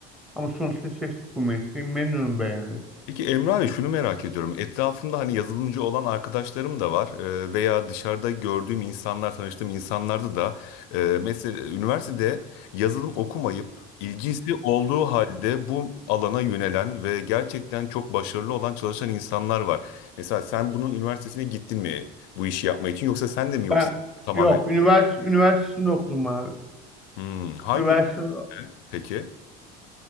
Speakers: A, in the centre; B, on the left.
A: Ama sonuçta seçtik bu mesleği. Memnunum be yani.
B: Peki Emre abi şunu merak ediyorum. Etrafımda hani yazılımcı olan arkadaşlarım da var Ee, veya dışarıda gördüğüm insanlar, tanıştığım insanlarda da e, mesela üniversitede yazılım okumayıp ilgisi olduğu halde bu alana yönelen ve gerçekten çok başarılı olan çalışan insanlar var. Mesela sen bunun üniversitesine gittin mi bu işi yapmak için yoksa sen de mi yoksa
A: Ben
B: tamamen?
A: yok üniversite üniversitesinde okudum abi.
B: Hmm, hangi
A: Üniversite
B: peki?